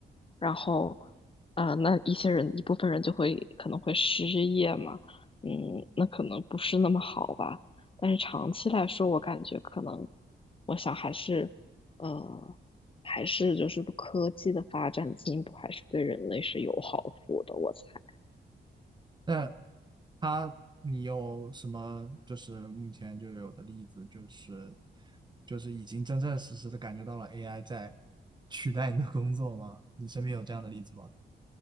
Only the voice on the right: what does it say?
但它，你有什么就是目前就有的例子，就是就是已经真正实实的感觉到了 AI 在取代你的工作吗？你身边有这样的例子吗？